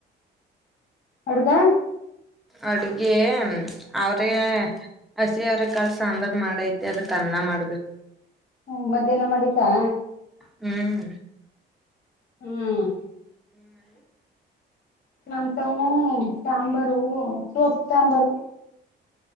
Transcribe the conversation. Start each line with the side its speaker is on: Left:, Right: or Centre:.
Left: ಅಡ್ಗ
Centre: ಅಡಗೆ ಹಸಿ ಅವ್ರೇ ಹಸಿ ಅವ್ರೇ ಕಳ್ಸ ಸಾಂಬಾರ್ ಮಾಡೈತಿ ಅದಕ ಅನ್ನಾ ಮಾಡ್ಬೇಕು
Left: ಹುಂ ಮಧ್ಯಾಹ್ನ ಮಾಡಿದಾ
Centre: ಹುಂ
Left: ಹುಂ ನಮಟವು ಸಾಂಬಾರು ಸೋಪ್ ಸಾಂಬಾರು.